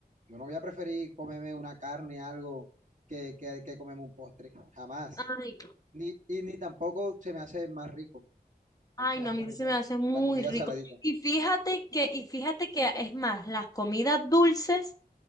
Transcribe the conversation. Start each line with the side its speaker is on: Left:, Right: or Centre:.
Right: yo no voy a preferir comerme una carne, algo, que, que, que comerme un postre, jamás.
Left: Ay, no.
Right: Ni, y ni tampoco se me hace más rico, a
Left: Ay,
Right: mí se
Left: no,
Right: me hace
Left: a mí
Right: más rico
Left: sí me hace muy
Right: la comida
Left: rico.
Right: saladita.
Left: Y fíjate que, y fíjate que es más, las comidas dulces